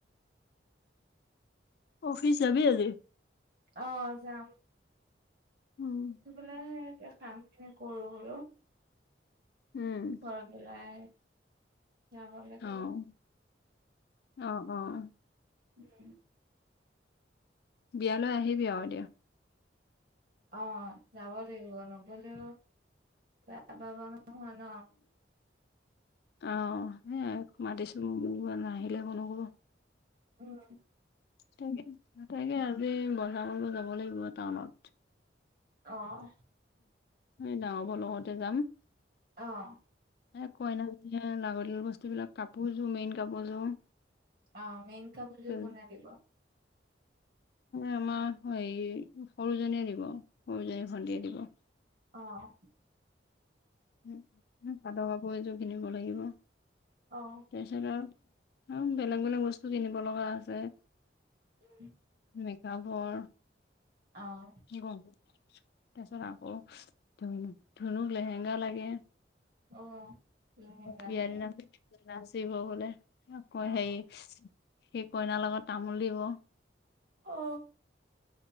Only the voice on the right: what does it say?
অঁ যাম।
উঠিবলৈহে এতিয়া কামখিনি কৰো আৰু।
ত পেলাই। যাব লাগিব
উম
অঁ যাব লাগিব নগ'লেও বেয়া পাব নহয় ন।
উম।
অঁ
অঁ
অঁ মেইন কাপোৰযোৰ
কোনে দিব?
অঁ
অঁ
<unintelligible>
অঁ
অ লেহেংগা
লাগে
অ'।
অ